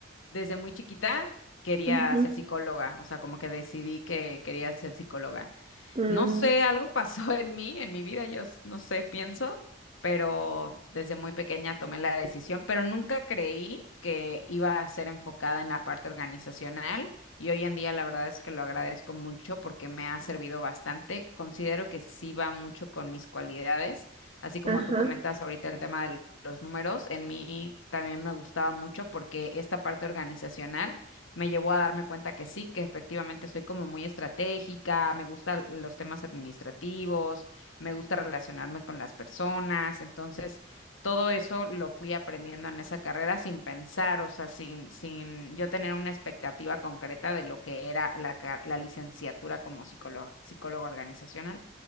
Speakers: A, on the left (about 85°); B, on the right (about 30°).
A: desde muy chiquita quería
B: ujú,
A: ser psicóloga, o sea, como que decidí que quería ser psicóloga.
B: mm,
A: No sé, algo <laughs> pasó en mí, en mi vida, yo s- no sé, pienso, pero desde muy pequeña tomé la decisión, pero nunca creí que iba a ser enfocada en la parte organizacional y hoy en día la verdad es que lo agradezco mucho porque me ha servido bastante. Considero que sí va mucho con mis cualidades, así como
B: ajá.
A: tú comentas ahorita el tema de los números, en mí también me gustaba mucho porque esta parte organizacional me llevó a darme cuenta que sí, que efectivamente soy como muy estratégica, me gustan los temas administrativos, me gusta relacionarme con las personas, entonces todo eso lo fui aprendiendo en esa carrera sin pensar, o sea, sin, sin yo tener una expectativa concreta de lo que era la, ca- la licenciatura como psicólogo, psicólogo organizacional.